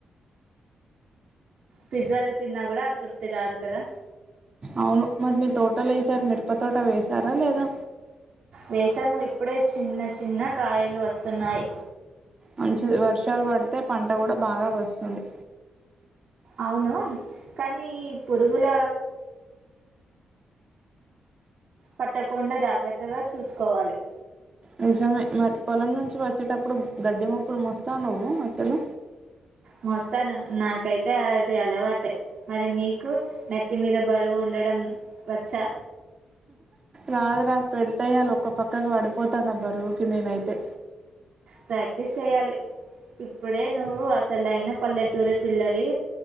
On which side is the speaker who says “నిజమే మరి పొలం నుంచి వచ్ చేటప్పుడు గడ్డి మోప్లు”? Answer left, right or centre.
Right